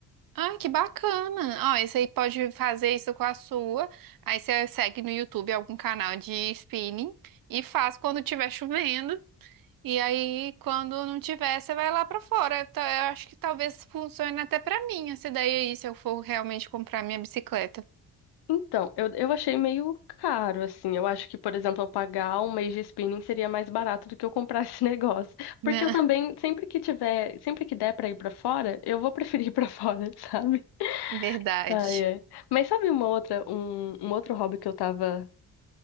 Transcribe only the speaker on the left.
Então, eu, eu achei meio caro, assim. Eu acho que, por exemplo, eu pagar um mês de spinning seria mais barato do que eu comprar <laughs> esse negócio. Porque
eu também,
sempre que tiver, sempre que der para ir para fora, eu vou preferir ir para fora, <laughs> sabe?
Ai, ai. Mas sabe uma outra, um, um outro hobby que eu tava,